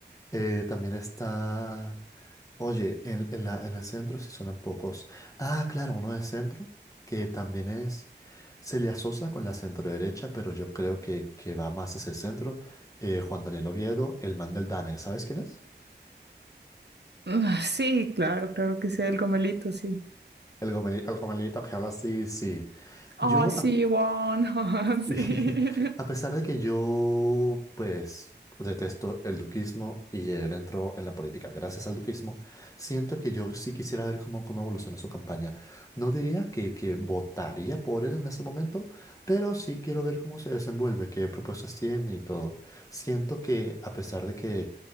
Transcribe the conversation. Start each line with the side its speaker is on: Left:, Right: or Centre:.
Left: Eh, también está, oye, en, en la, en el centro sí suenan pocos. Ah, claro, uno de centro, que también es, se le asocia con la centro derecha, pero yo creo que, que va más hacia el centro. Eh, Juan Daniel Oviedo, el man del Dane, ¿sabes quién es?
Right: Ah, Sí, claro, claro que sea el Gomelito, sí.
Left: El gomelito el gomelito que habla así, sí. Yo,
Right: Oh, sí,
Left: a
Right: Juan, <laughs>
Left: Y
Right: sí.
Left: <laughs> a pesar de que yo, pues, detesto el duquismo y él entró en la política gracias al duquismo, siento que yo sí quisiera ver cómo, cómo evoluciona su campaña. No diría que, que votaría por él en ese momento, pero sí quiero ver cómo se desenvuelve, qué propuestas tiene y todo. Siento que a pesar de que